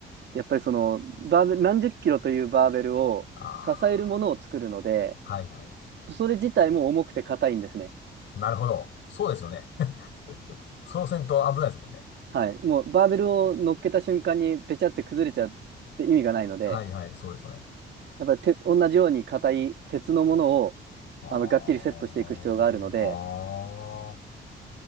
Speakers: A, on the right (about 60°); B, on the left (about 70°).
A: でやっぱりその、バーベル、何十キロというバーベルを支えるものを作るので、
B: ああ、はいはい。
A: それ自体も重くて硬いんですね。
B: なるほど。そうですよね。<laughs> そうせんと危ないですもんね。
A: はい。もうバーベルを乗っけた瞬間にペチャって崩れちゃって意味がないので、
B: はいはい、そうですよね。
A: やっぱりて同じように硬い鉄のものを
B: ああ、
A: あのがっちりセットしていく必要があるので、
B: ああ、